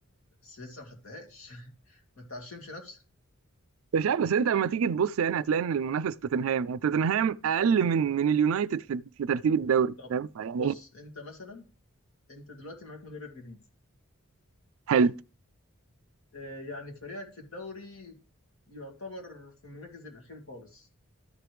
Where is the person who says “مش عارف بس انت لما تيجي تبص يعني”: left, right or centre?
Right